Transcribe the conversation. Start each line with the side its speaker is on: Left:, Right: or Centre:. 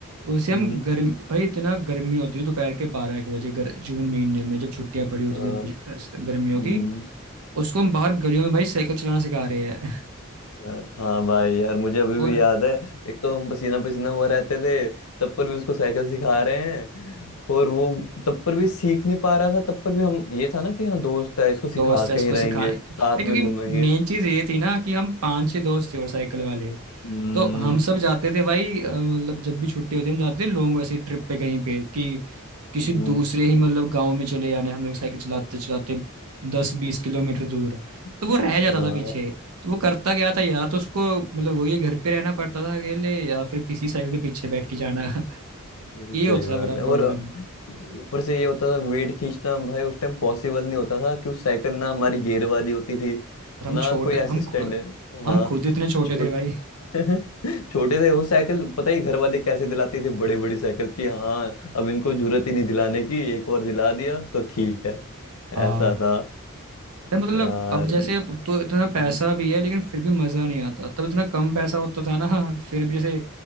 Right: उसे
Left: हम्म,
Right: हम गर्म भाई इतना गर्मी होती थी दोपहर के बारह एक बजे गर, जून महीने में जब छुट्टियां पड़ी होती
Left: हाँ,
Right: थी हम कुछ गर्मियों
Left: हम्म।
Right: की उसको हम बाहर गलियों में भाई साइकिल चलाना सिखा रहे हैं <laughs>
Left: यार हाँ भाई यार मुझे अभी
Right: और
Left: भी याद है एक तो हम पसीना पसीना हुआ रहते थे तब पर भी उसको साइकिल सिखा रहे हैं और वो तब पर भी सीख नहीं पा रहा था तब पर भी हम ये था ना कि हाँ दोस्त है इसको सिखा
Right: दोस्त है
Left: के
Right: उसको
Left: ही रहेंगे
Right: सिखाने
Left: साथ
Right: के है, क्योंकि
Left: में घूमेंगे
Right: मेन चीज ये थी ना कि हम पांच छह दोस्त थे और साइकिल वाले
Left: हम्म
Right: तो हम सब जाते थे भाई अ, मतलब जब भी छुट्टी होती है हम जाते थे लोगों को ऐसे ट्रिप पे कहीं पे कि किसी
Left: हम्म
Right: दूसरे ही मतलब गांव में चले जाना है। हम लोग साइकिल चलाते चलाते दस बीस किलोमीटर दूर
Left: <laughs>
Right: तो वो रह जाता
Left: हाँ।
Right: था पीछे तो वो करता क्या था या तो उसको मतलब वही घर पे रहना पड़ता था अकेले या फिर किसी साइकिल के पीछे
Left: <laughs>
Right: बैठ के जाना <laughs>
Left: सही
Right: ये होता
Left: बात
Right: था बड़ा प्रॉब्लम
Left: है और ऊपर से ये होता था वेट खींचना भाई उस टाइम पॉसिबल नहीं होता था क्योंकि साइकिल ना हमारी गियर वाली होती थी
Right: और हम
Left: ना
Right: छोटे
Left: कोई असिस्टेंट
Right: हम खु,
Left: है
Right: हम
Left: हाँ
Right: खुद इतने छोटे
Left: छोट
Right: थे भाई
Left: <laughs> छोटे थे वो साइकिल पता ही घर वाले कैसे दिलाते थे बड़े बड़ी साइकिल की हाँ अब इनको जरूरत ही नहीं दिलाने की एक बार दिला दिया तो ठीक है
Right: हाँ
Left: ऐसा था
Right: यार मतलब
Left: यार
Right: अब जैसे अब तो इतना पैसा
Left: हम्म,
Right: भी है लेकिन फिर भी मजा नहीं आता तब इतना कम पैसा होता था ना फिर भी जैसे